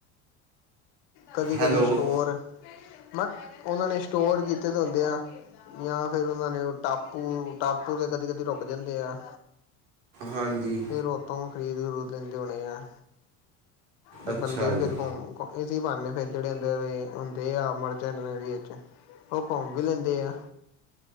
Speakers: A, on the left (about 75°); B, on the right (about 85°).
A: ਕਦੀ-ਕਦੀ
B: ਹੈਲੋ
A: ਸਟੋਰ, ਮਤ ਉਹਨਾਂ ਨੇ ਸਟੋਰ ਕੀਤੇ ਦੇ ਹੁੰਦੇ ਆ। ਯਾ ਫੇਰ ਉਹਨਾ ਨੇ ਉਹ ਟਾਪੂ-ਟਾਪੂ ਤੇ ਕਦੇ-ਕਦੇ ਰੁਕ ਜਾਂਦੇ ਆ।
B: ਹਾਂਜੀ।
A: ਫਿਰ ਉਤੋਂ ਖਰੀਦ-ਖਰੂਦ ਲੈਂਦੇ ਹੋਣੇ ਆ ਤੇ ਬੰਦੇ
B: ਅੱਛਾ
A: ਵੀ
B: ਜੀ
A: ਫਿਰ ਘੁੰਮ ਇਸੀ ਬਾਨੇ ਫੇਰ ਜੇੜੇ ਹੁੰਦੇ ਵੇ ਹੁੰਦੇ ਆ ਮਰਚੈਂਨ ਨੇਵੀ ਵਿਚ ਓ ਘੁੰਮ ਵੀ ਲੈਂਦੇ ਆ।